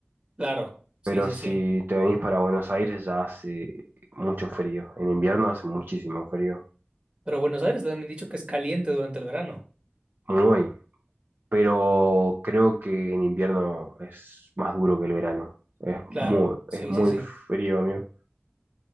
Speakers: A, on the right; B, on the right.
A: Claro, sí,
B: Pero
A: sí,
B: si
A: sí.
B: te venís para Buenos Aires ya hace mucho frío. En invierno hace muchísimo frío.
A: Pero Buenos Aires también me han dicho que es caliente durante el verano.
B: Muy. Pero creo que en invierno es más duro que el verano. Es
A: Claro,
B: muy,
A: sí,
B: es muy
A: sí, sí.
B: frío, amigo.